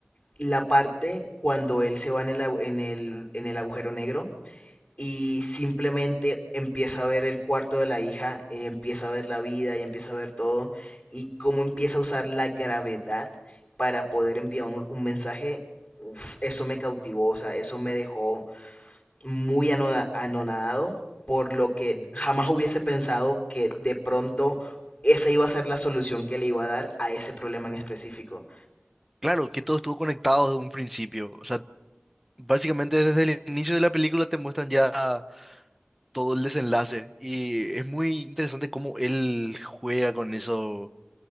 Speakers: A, on the left; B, in the centre.
A: La parte cuando él se va en el, agu- en el, en el agujero negro y simplemente empieza a ver el cuarto de la hija, y empieza a ver la vida y empieza a ver todo y cómo empieza a usar la gravedad para poder enviar un, un mensaje, uf, eso me cautivó, o sea, eso me dejó muy anona- anonadado, por lo que
B: Ujú.
A: jamás hubiese pensado que de pronto esa iba a ser la solución que le iba a dar a ese problema en específico.
B: Claro, que todo estuvo conectado desde un principio. O sea, básicamente desde el inicio de la película te muestran ya. todo el desenlace. Y es muy interesante cómo él juega con eso,